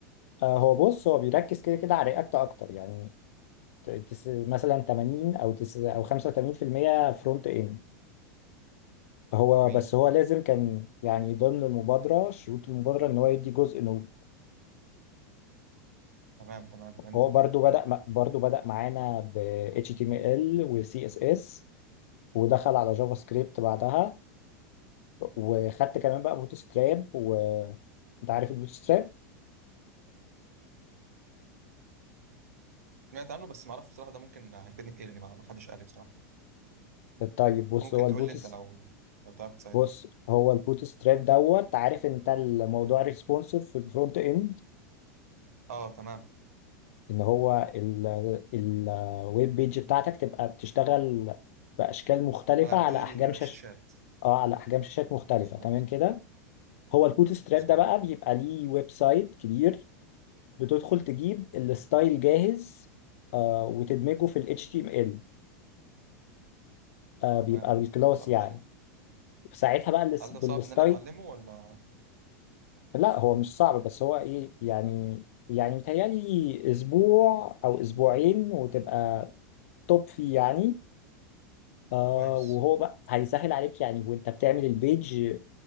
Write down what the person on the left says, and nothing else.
هو بص هو بيركز كده كده على رياكت اكتر يعني ت- تس مثلا 80 او تس او 85% فرونت اند هو
بس هو لازم كان يعني ضمن المبادره شروط المبادره ان هو يدي جزء نود
هو برضو بدا م- برضو بدا معانا ب HTML و CSS ودخل على جافا سكريبت بعدها وخدت كمان بقى بوت ستراب وانت عارف البوت ستراب
طيب بص
هو البوت
بص هو البوت ستراب دوت عارف انت الموضوع ريسبونسيف في الفرونت اند
ان هو الويب بيج بتاعتك تبقى بتشتغل باشكال مختلفه
على
احجام
شاش اه على احجام شاشات مختلفه
تمام كده هو البوت ستراب
ده بقى
بيبقى ليه ويب سايت كبير بتدخل تجيب الستايل جاهز آه وتدمجه في ال HTML آه بيبقى
بالكلاس
يعني
ساعتها بقى الاس-
بالستاي
لا هو مش صعب بس هو ايه يعني يعني متهيألي اسبوع او اسبوعين وتبقى توب فيه يعني آه
وهو بقى هيسهل عليك يعني وانت بتعمل البيج